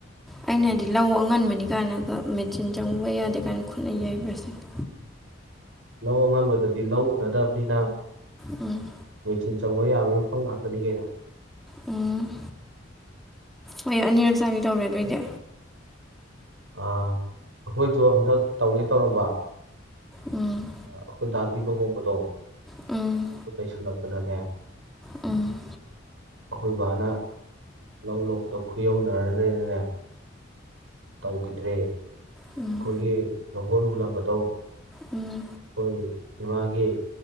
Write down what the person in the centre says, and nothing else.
ꯑꯩꯅ ꯍꯥꯏꯗꯤ ꯂꯧ ꯑꯉꯟꯕꯅꯤ ꯀꯥꯏꯅꯒ ꯃꯦꯆꯤꯟ ꯆꯪꯕ ꯌꯥꯗꯦ ꯀꯥꯏꯅ ꯈꯨꯠꯅ ꯌꯩꯕ꯭ꯔ ꯁꯤꯅꯤ
ꯎꯝ
ꯎꯝ ꯍꯣꯏ ꯑꯅꯤꯔꯛ ꯆꯥꯕꯤ ꯇꯧꯔꯦ ꯑꯗꯨ ꯑꯣꯏꯗꯤ
ꯎꯝ
ꯎꯝ
ꯎꯝ
ꯎꯝ
ꯎꯝ